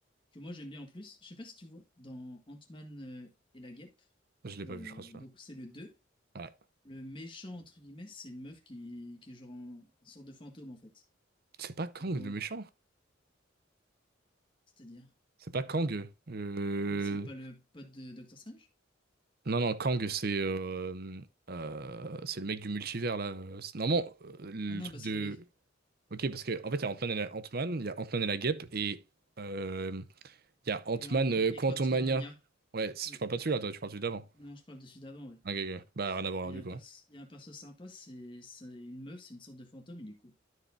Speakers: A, on the left; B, on the right.
A: que moi j'aime bien en plus. Je sais pas si tu vois, dans Ant-Man euh, et la guêpe,
B: Je l'ai
A: euh,
B: pas vu je crois celui-là.
A: donc c'est le 2,
B: Ouais.
A: le méchant entre guillemets, c'est une meuf qui, qui est genre en, en sorte de fantôme en fait.
B: C'est pas Kang
A: Et bon,
B: le méchant.
A: c'est-à-dire,
B: C'est pas Kang. Euh...
A: Kang c'est pas le pote de Doctor Strange?
B: Non non Kang c'est euh, euh, c'est le mec du multivers là. C'est- Normalement euh, le
A: Ah non,
B: truc
A: bah c'est
B: de
A: pas lui.
B: OK parce que en fait il y a Ant-Man et la Ant-Man, il y a Ant-Man et la Guêpe et euh, il y a Ant-Man
A: Et, Ant-
B: euh,
A: et
B: Quantumania.
A: Quantumania,
B: Ouais, si
A: oui.
B: tu parles pas de celui-là toi, tu parles de celui d'avant.
A: Non, je parle de celui d'avant, ouais.
B: OK, ok. Bah rien à voir
A: Bah,
B: alors,
A: Il y
B: du
A: a un
B: coup.
A: perso,
B: hein.
A: il y a un perso sympa, c'est c'est une meuf, c'est une sorte de fantôme, il est cool.